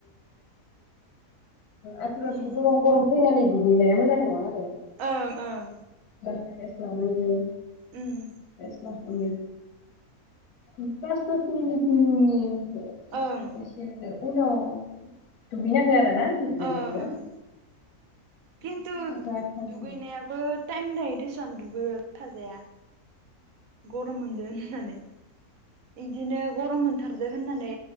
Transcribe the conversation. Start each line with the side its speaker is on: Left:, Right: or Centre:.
Left: आथुर आथुर
Right: उम
Left: गरम गरम फैनानानै दु <unintelligible> नाया मोजां नङा आरो
Right: ओं ओं
Left: दसे रेस्ट लानांगौ
Right: उम
Left: <unintelligible> <unintelligible> नि उम <unintelligible>
Right: ओं
Left: एसे आरो उनाव दुगै नांगो आरो ना दुगैबाबो
Right: ओं ओं खिनथु
Left: थान्दा जाथारनांगौ
Right: दुगैनायाबो टाइम थायो दिसन दुगै <unintelligible> थाजाया गरम मोनदो होननानै इदिनो गरम मोनथारदो होननानै